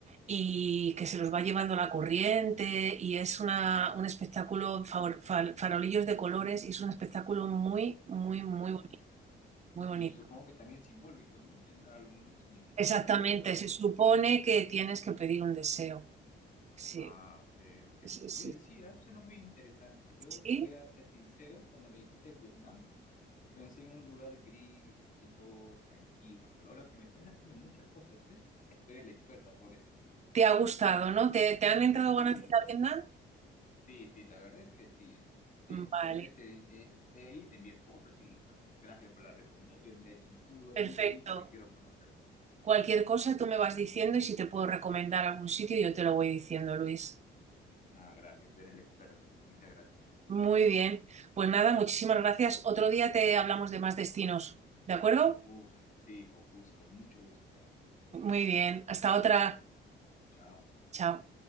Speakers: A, on the right; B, on the left.
A: y que se los va llevando la corriente y es una, un espectáculo, favor- fal- farolillos de colores y es un espectáculo muy, muy, muy
B: Uf.
A: bonito. Muy bonito.
B: Y supongo que también simbólico, ¿no? Tendrá algún significado
A: Exactamente,
B: tal vez para los...
A: se supone que tienes que pedir un deseo. Sí,
B: Ah, ok, ok.
A: sí, sí,
B: Oye, sí, ah, Suena muy interesante. Yo
A: sí.
B: te voy a ser sincero, cuando me dijiste Vietnam, Pensé en un lugar gris, así todo tranquilo, pero ahora que me cuentas tiene muchas cosas, ¿eh? <laughs> Tú eres la experta por eso.
A: ¿Te ha gustado, no? ¿Te, te han entrado
B: Sí,
A: ganas de ir a
B: sí,
A: Vietnam?
B: sí, sí, la verdad es que sí, ¿eh? Sí,
A: Vale,
B: tal vez te- eh, esté ahí, te envié fotos y pues gracias por la recomendación, de hecho. Un lugar
A: perfecto.
B: muy bonito que quiero conocer.
A: Cualquier cosa tú me vas diciendo y si te puedo recomendar algún sitio yo te lo voy diciendo, Luis.
B: Nada, gracias, tú eres la experta aquí, muchas gracias, de hecho.
A: Muy bien. Pues nada, muchísimas gracias. Otro día te hablamos de más destinos, ¿de acuerdo?
B: Uf, sí, con gusto, con mucho gusto, la verdad.
A: Muy bien. Hasta otra.
B: Chao.
A: Chao.